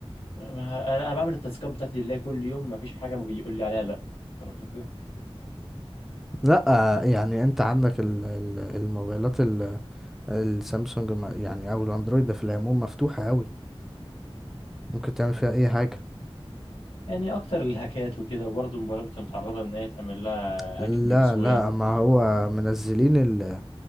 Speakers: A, on the left; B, in the centre.
A: ما- انا أنا بعمل التاسكات بتاعتي اللي هي كل يوم ما فيش حاجه بيقول لي عليها لا طب الفكره
B: لا آه، يعني انت عندك ال- ال- الموبايلات السامسونج ما- يعني او الاندرويد ده في العموم مفتوحة قوي ممكن تعمل فيها اي حاجة
A: يعني اكتر الهاكات وكده وبرضه الموبايلات بتبقى متعرضه ان هي تعمل لها
B: لا
A: هاكينج بسهوله
B: لا ما هو منزلين ال-